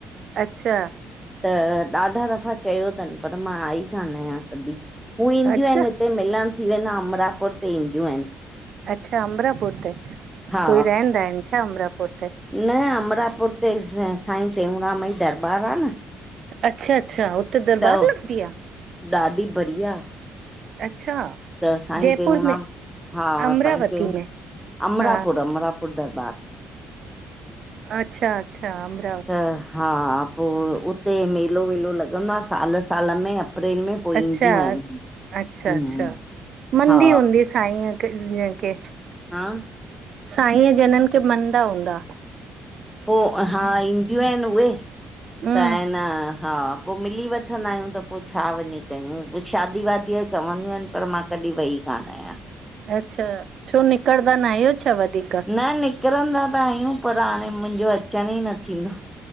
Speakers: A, on the right (about 60°); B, in the centre.
A: अच्छा।
B: त ॾाढा दफ़ा चयो तनि, पर मां आई कान आहियां कॾी, हू ईंदियूं
A: अच्छा
B: आहिनि। हिते मिलण थी वेंदा, अमरापुर ते ईंदियूं आहिनि।
A: अच्छा अमरापुर ते,
B: हा
A: कोई रहंदा इनि छा अमरापुर ते?
B: न, अमरापुर ते स साईं टेऊंराम जी दरॿार आ न।
A: अच्छा अच्छा, उते दरॿार
B: त
A: लॻदी आ।
B: ॾाढी बढ़िया।
A: अच्छा।
B: त साईं
A: जयपुर
B: टेऊंराम
A: में
B: हा,
A: अमरावती
B: साईं टेऊं,
A: में
B: अमरापुर
A: हा
B: अमरापुर दरॿार।
A: अच्छा अच्छा, अम्
B: त हा पो उते मेलो वेलो लॻंदो आ साल साल में अप्रैल में पो ईंदियूं
A: अच्छा
B: आहिन
A: अच्छा
B: हम्म
A: अच्छा मंदी
B: हा
A: हूंदी साई जिन खे
B: हा
A: साई जनन खे मनदा हूंदा
B: पो हा ईंदियूं आहिन उहे त
A: हम्म
B: आए न हा पो मिली वठंदा आहियूं त पो छा वञी कयूं? पो शादी वादीअ जो चवंदियूं आहिन पर मां कॾी वई कान आयां
A: अच्छा छो निकरंदा न आहियो छा वधीक
B: न निकरंदा त आहियूं पर हाणे मुंहिंजो अचण ई न थींदो